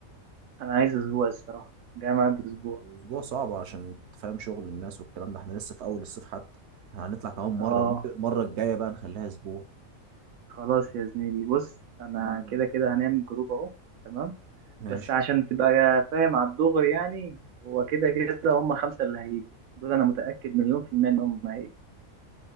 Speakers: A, on the right; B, on the right.
A: انا عايز اسبوع الصراحه جاي معايا باسبوع
B: أسبوع صعب عشان تفهم شغل الناس والكلام ده احنا لسه في أول الصيف حتى احنا هنطلع كمان مرة
A: اه
B: ممكن المرة الجاية بقى نخليها أسبوع
A: خلاص يا زميلي بص انا
B: مم.
A: كده كده هنعمل جروب اهو تمام
B: ماشي
A: بس عشان تبقى فاهم على الدغري يعني هو كده كده هم خمسه اللي هيجوا دول انا متاكد مليون في الميه ان هم هيجوا